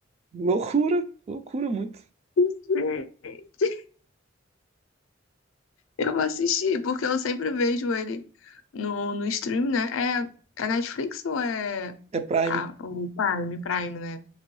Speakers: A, on the right; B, on the left.
A: Loucura, loucura muito.
B: Gente, eu vou assistir, porque eu sempre vejo ele no, no stream, né? É, é Netflix ou é
A: É Prime,
B: a- o Prime, Prime, né?